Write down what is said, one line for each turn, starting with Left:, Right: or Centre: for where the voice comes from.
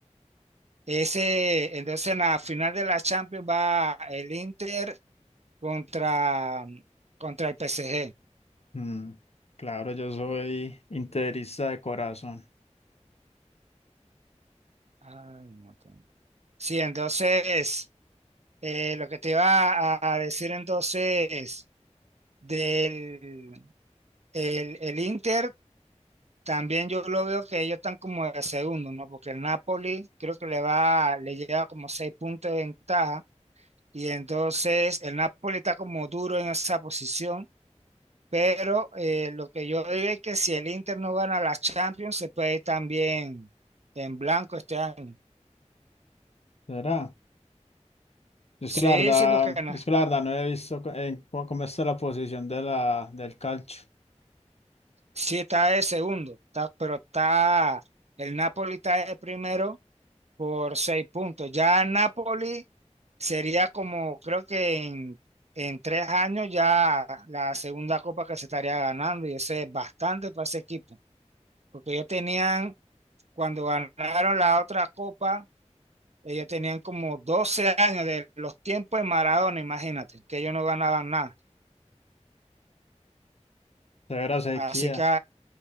Right: Ese, entonces en la final de la Champions va el Inter contra, contra el PSG.
Left: Mm, claro, yo soy interista de corazón.
Right: Ay, no, con- Sí, entonces eh, lo que te iba a, a decir entonces del el, el Inter, también yo lo veo que ellos están como de segundo, ¿no? Porque el Napoli creo que le va, le lleva como seis puntos de ventaja Y entonces el Napoli está como duro en esa posición, pero eh, lo que yo digo es que si el Inter no gana la Champions, se puede ir también en blanco este año.
Left: ¿Será? Yo es
Right: Sí,
Left: que la verdad,
Right: sí, porque na-
Left: yo es que la verdad no he visto co- en cu- cómo está la posición de la, del calcio.
Right: sí está de segundo, está- pero está el Napoli está de primero por seis puntos. Ya el Napoli sería como, creo que en, en tres años ya la segunda copa que se estaría ganando y ese es bastante para ese equipo, porque ellos tenían cuando ganaron la otra copa, ellos tenían como 12 años de los tiempos de Maradona, imagínate, que ellos no ganaban nada.
Left: Severa sequía
Right: Así que